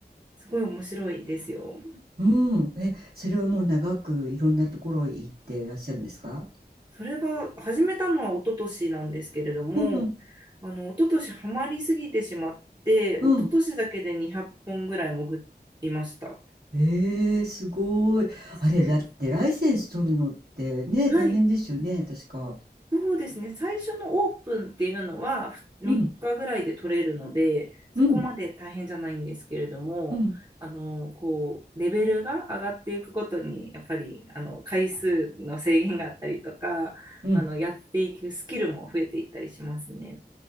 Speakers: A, on the right; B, on the right.
A: すごい面白いですよ。
B: うん。え、それはもう長くいろんなところ行っていらっしゃるんですか
A: それが始めたのは一昨年なんですけれども、
B: うんうん、
A: あの、一昨年ハマりすぎてしまって、一昨年だけで200本ぐらい潜りました。
B: うん。ええ、すごい。
A: そうなんです。
B: あれ、だってライセンス取るのってね、
A: はい。
B: 大変ですよね、確か。
A: そうですね、最初のオープンっていうのは3日ぐらいで取れるので、
B: うん、
A: そこまで大変じゃないんですけれども、
B: うん、うん、
A: あのこうレベルが上がっていくごとに、やっぱりあの回数の制限があったりとか、
B: うん。
A: あのやっていくスキルも増えていったりしますね。